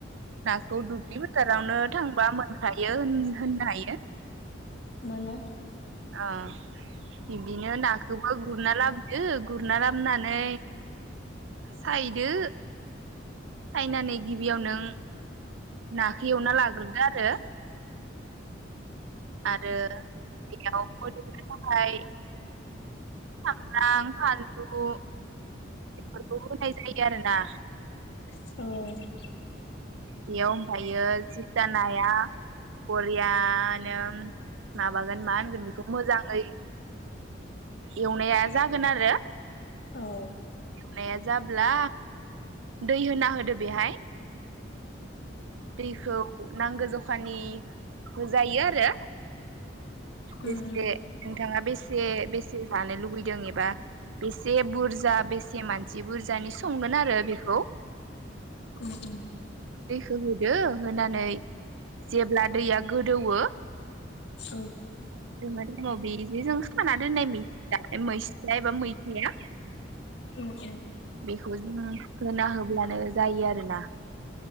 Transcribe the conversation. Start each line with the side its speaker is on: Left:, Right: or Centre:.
Right: नाखौ दुब्लि फोथारावनो थांबा मोनखायो होन होननो हायो
Left: <unintelligible>
Right: आ बिबदिनो नाखौ आव गुरना लाबोदो गुरना लाबोननानै सायदो सायनानै गिबियाव नों नाखौ एवना लाग्रोदो आरो आरो बेयाव मोदोमनो थाखाय सामब्राम फानलु बेफोरखौ होनाय जायो आरोना
Left: औ
Right: बेयाव ओमफायो सिता नाया बरियानो माबागोन मा होनगोन बेखौ मोजाङै एवनाया जागोन आरो
Left: औ
Right: नाया जाब्ला दै होना होदो बेहाय दैखौ नांगो जखानि होजायो आरो
Left: उम
Right: बेसे नोंथाङा बेसे बेस बेसे जानो लुुबैदों एबा बेसे बुरजा बेसे मानसि बुरजानि संगोन आरो बेखौ
Left: उम उम
Right: होहोदो होनानै जेब्ला दैया गोदौऔ
Left: औ
Right: <unintelligible> बेजों सुखाना दोननायनि दा मैसया एबा मैथाया
Left: उम उम
Right: बेखौ जों होना होब्लानो जायो आरोना